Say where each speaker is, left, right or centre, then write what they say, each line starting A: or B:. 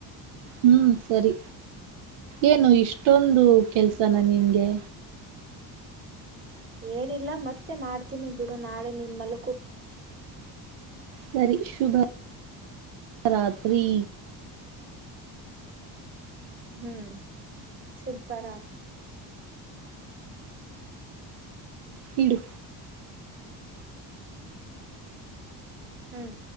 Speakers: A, on the right (about 85°); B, on the right (about 30°).
A: ಹ್ಮ್ ಸರಿ ಏನು
B: ಹ್ಮ್
A: ಇಷ್ಟೊಂದು ಒಂದು ಕೆಲ್ಸನಾ ನಿಂಗೆ
B: ಏನಿಲ್ಲ ಮತ್ತೆ ಮಾಡ್ತೀನಿ ಬಿಡು ನಾಳೆ ನಿನ್ ಮಲಕು
A: ಸರಿ ಶುಭ ರಾತ್ರಿ
B: ಹ್ಮ್ ಶುಭ ಬರತ್
A: ಇಡು
B: ಹ್ಮ್